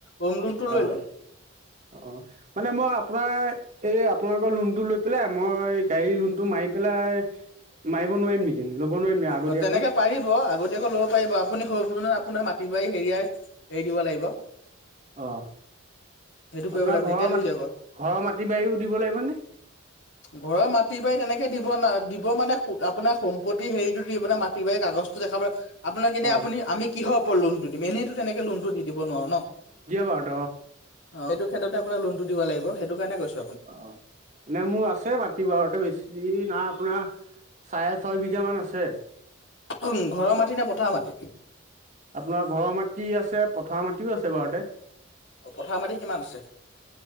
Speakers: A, on the left (about 55°); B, on the right (about 35°).
A: হোম লোনটো
B: অ',
A: লৈ ল।
B: অ', মানে মই আপোনাৰ এই আপোনালোকৰ লোনটো লৈ পেলাই মই গাড়ী লোনটো মাৰি পেলাই। মাৰিব নোৱাৰিম নেকি? ল'ব নোৱাৰিম নেকি আগতীয়াকৈ
A: অ তেনেকে পাৰিব আগতীয়াকৈ ল'ব পাৰিব আপুনি স আপোনাৰ মা। প্ৰতিবাৰী হেৰিয়াৰ হেৰি দিব লাগিব।
B: অঁ।
A: সেইটো কৰিব
B: আপোনাৰ
A: লাগিব তেতিয়া
B: ঘৰৰ
A: হৈ
B: মাটি
A: যাব
B: ঘৰৰ মাটি বাৰীও দিব লাগিব নে?
A: ঘৰৰ মাটি বাৰী তেনেকে। দিব ন দিব মানে আপোনাৰ সম্পত্তি হেৰিতটো দি আপোনে মাটি বাৰী কাগজটো দেখাব প। আপোনাক এনে
B: অ',
A: আপুনি আমি কিহৰওপৰত লোনটো দিম এনেইতো তেনেকৈ লোনটো দি দিব নোৱাৰোঁ ন?
B: পদ।
A: অ এইটো ক্ষেত্ৰতে আপোন লোনটো দিব লাগ সেইটো কাৰণে গৈচো।
B: অঁ, মানে মোৰ আছে মাতিব আৰু বেছি নাই আপোনাৰ। চাৰে ছয় বিঘা মান আছে।
A: উ ঘৰৰ মাটি নে পথাৰ মাটি।
B: আপোনাৰ ঘৰৰ মাটি আছে পথাৰ মাটিও আছে বাৰুতে।
A: অ পথাৰ মাৰি কিমান আছে।